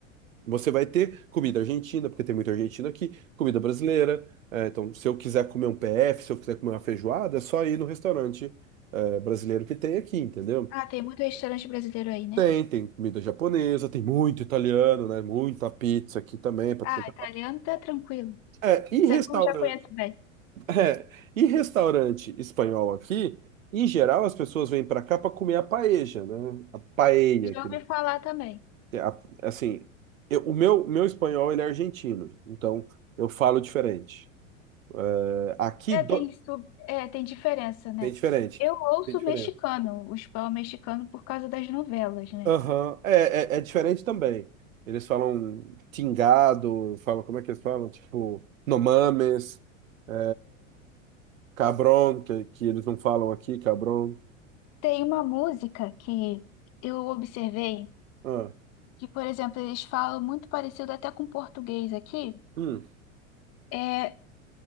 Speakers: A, on the right; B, on the left.
A: você vai ter comida argentina, porque tem muita argentina aqui, comida brasileira, é, então se eu quiser comer um PF, se eu quiser comer uma feijoada, é só ir no restaurante, é, brasileiro que tem aqui, entendeu?
B: Ah, tem muito restaurante brasileiro aí, né?
A: Tem, tem comida japonesa, tem muito italiano, né? Muita pizza aqui também, para
B: Ah,
A: tudo.
B: italiano tá tranquilo.
A: É, e
B: Isso
A: restaurante.
B: aí eu já conheço bem.
A: <laughs> É, e restaurante espanhol aqui, em geral, as pessoas vêm para cá para comer a paella, né? A paella,
B: Já
A: que
B: ouvi
A: ele-
B: falar também.
A: a- assim, eu- o meu, meu espanhol ele é argentino, então eu falo diferente. É, Aqui
B: É,
A: do-
B: tem sub... é, tem diferença, né?
A: tem diferente.
B: Eu ouço
A: Tem diferença.
B: mexicano, o espanhol mexicano por causa das novelas, né?
A: Aham, É, é, é diferente também. Eles falam tingado, falam, como é que eles falam? Tipo, nomames, é, cabron, que, que eles não falam aqui, cabron.
B: Tem uma música que eu observei
A: Ah,
B: que, por exemplo, eles falam muito parecido até com português aqui.
A: hum.
B: É